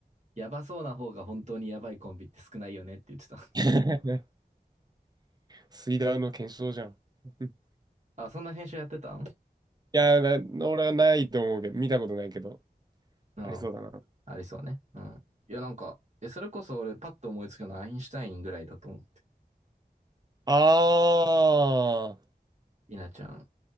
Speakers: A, on the right; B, on the right.
A: やばそうな方が本当にやばいコンビって少ないよねって言ってた。
B: <laughs> スイダー <laughs> の検証じゃん。<laughs> うん
A: <laughs> あ、そんな編集やってたん
B: いや、な俺はないと思うけど、見たことないけど、
A: うん。
B: ありそうだな。
A: ありそうね。うん。いや、なんか、え、それこそ俺パッと思いつくのはアインシュタインぐらいだと思う。
B: ああ、
A: 稲ちゃん。